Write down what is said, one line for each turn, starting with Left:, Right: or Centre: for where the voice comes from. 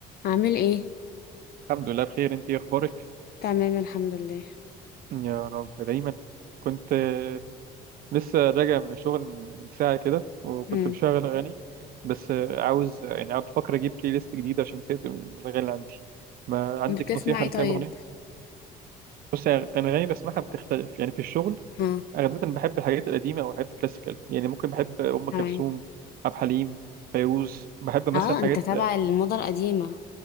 Left: عامل ايه
Right: الحمد لله بخير انت ايه اخبارك
Left: تمام الحمد لله
Right: يا رب دايما كنت آه، لسه راجع من الشغل من من ساعه كده وكنت
Left: امم
Right: مشغل اغاني بس آه، عاوز يعني قاعد بفكر اجيب بلاي ليست جديده عشان نسيت الاغاني اللي عندي ما عندك
Left: كنت بتسمع
Right: نصيحه
Left: ايه
Right: لكام
Left: طيب
Right: اغنيه بص يعني انا اغاني بسمعها بتختلف يعني في الشغل
Left: ها
Right: غالبا بحب الحاجات القديمه او الحاجات الكلاسيكال يعني ممكن بحب ام كلثوم
Left: تمام
Right: عبد الحليم فيروز بحب مثلا
Left: اه انت
Right: حاجات
Left: تابع الموضة القديمة